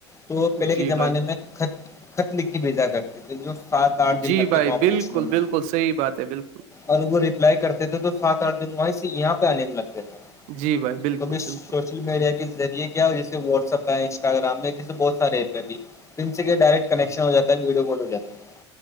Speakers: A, on the left; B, on the right.
A: تو پہلے
B: جی
A: زمانے
B: بھائی
A: خط خط لکھ کے بھیجا کر جو سات آٹھ دن
B: جی
A: لگتے
B: بھائی
A: تھے وہاں پہنچنے
B: بالکل
A: میں
B: بالکل
A: ب
B: صحیح بات ہے بالکل
A: اور وہ ریپلائی کرتے تھے تو سات آٹھ دن وہیں سے یہاں پہ آنے میں لگتے تھے
B: جی بھائی بالکل
A: تو بھی
B: بالکل
A: سوشل میڈیا کے ذریعے کیا ہو جیس واٹسپ ہے انسٹاگرام ہے جیسے بہت سارے ایپ ہیں بھی جن سے کے ڈائیکٹ کنکشن ہواتا ہے ویو کال ہو جاتی ہے